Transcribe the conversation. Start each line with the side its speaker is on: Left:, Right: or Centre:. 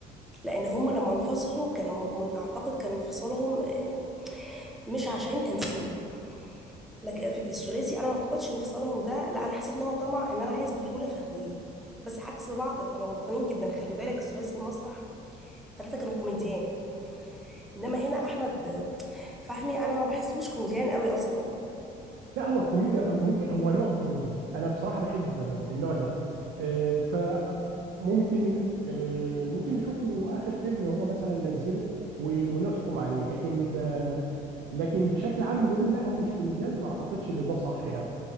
Centre: لان هم لما انفصلوا كانوا من اعتقد كان انفصالهم آه، مش عشان تمثيل لكن الثلاثي انا ما اعتقدش انفصالهم ده لا انا حسيت ان هو طمع ان انا عايز بطولة فردية بس عكس بعض كانوا غلطانين جدا خلي بالك ثلاثي المسرح الثلاثة كانوا كوميديان انما هنا احمد فهمي انا ما بحسوش كوميديان قوي اصلا
Right: لا هو كوميديا ممكن هو نوع كوميديا انا بصراحه بحبه كمان النوع ده آه، فممكن آه، ممكن نشوف له اخر فيلم هو مثلا نزله و- ونحكم عليه لكن آه، لكن بشكل عام نقول لا هو مش كوميديان ما اعتقدش ان ده صح يعني